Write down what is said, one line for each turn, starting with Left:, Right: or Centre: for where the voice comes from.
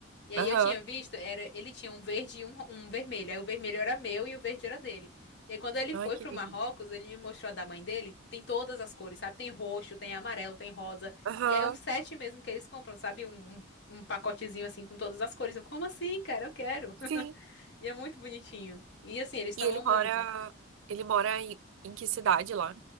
Left: E aí
Right: Aham.
Left: eu tinha visto, era, ele tinha um verde e um, um vermelho. Aí o vermelho era meu e o verde era dele. E aí quando ele
Right: Ai,
Left: foi pro
Right: que lindo.
Left: Marrocos, ele me mostrou a da mãe dele. Tem todas as cores, sabe? Tem roxo, tem amarelo, tem rosa.
Right: Aham.
Left: E é um set mesmo que eles compram, sabe? Um, um, um pacotezinho assim com todas as cores. Eu, como assim, cara? Eu quero.
Right: Sim.
Left: <laughs> E é muito bonitinho. E assim, eles
Right: E
Left: tomam
Right: ele mora,
Left: muito.
Right: ele mora em, em que cidade lá?